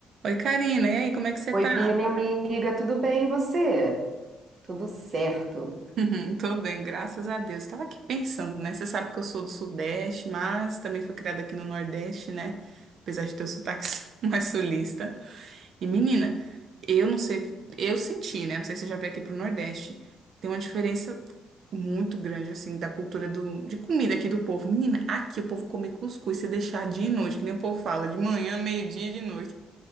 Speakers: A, on the right; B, on the right.
A: Oi, Karina, e aí, como é que você
B: Oi,
A: tá?
B: Bia, minha amiga, tudo bem? E você? Tudo certo.
A: <laughs> Tô bem, graças a Deus. Tava aqui pensando, né? Você sabe que eu sou do Sudeste, mas também fui criada aqui no Nordeste, né? Apesar de ter o sotaque <laughs> mais sulista. E menina, eu não sei, eu senti, né? Não sei se você já veio aqui pro Nordeste. Tem uma diferença muito grande, assim, da cultura do, de comida aqui do povo. Menina, aqui o povo come cuscuz se deixar dia e noite, que nem o povo fala, de manhã, meio-dia e de noite.